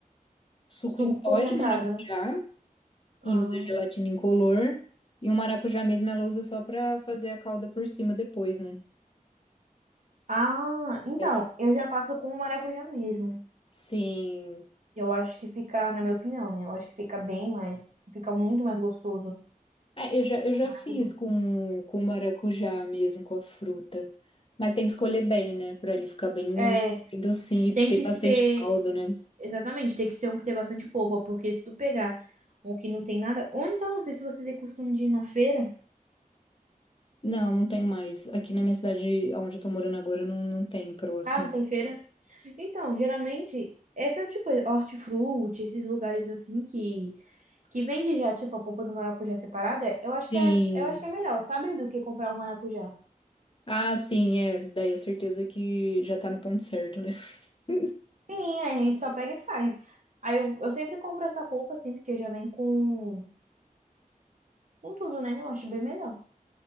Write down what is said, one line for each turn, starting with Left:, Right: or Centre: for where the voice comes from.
Left: suco
Right: Suco
Left: em pó
Right: concentrado,
Left: de maracujá
Right: né? Ah,
Left: e usa gelatina incolor. E o maracujá mesmo ela usa só pra fazer a calda por cima depois, né?
Right: Ah, então,
Left: É, fica-
Right: eu já faço com maracujá mesmo.
Left: Sim,
Right: Eu acho que fica, na minha opinião, né? Eu acho que fica bem mais, fica muito mais gostoso.
Left: É, eu já, eu já
Right: Maracujá.
Left: fiz com, com maracujá mesmo, com a fruta. Mas tem que escolher bem, né? Pra ele ficar bem,
Right: É,
Left: bem docinho e
Right: tem
Left: ter
Right: que
Left: bastante
Right: ser,
Left: caldo, né?
Right: exatamente, tem que ser um que tem bastante polpa, porque se tu pegar um que não tem nada, ou então, não sei se você tem costume de ir na feira.
Left: Não, não tem mais. Aqui na minha cidade, onde eu tô morando agora, não, não tem próximo.
Right: Ah, não tem feira? Então, geralmente, essa, tipo, hortifruti, esses lugares assim que, que vende já, tipo, a polpa do maracujá separada, eu acho
Left: Sim.
Right: que é, eu acho que é melhor, sabe? Do que comprar um maracujá.
Left: Ah, sim, é. Daí a certeza que já tá no ponto certo, né? <laughs>
Right: Sim, a gente só pega e faz. Aí eu, eu sempre compro essa polpa assim, porque já vem com, com tudo, né? Eu acho bem melhor.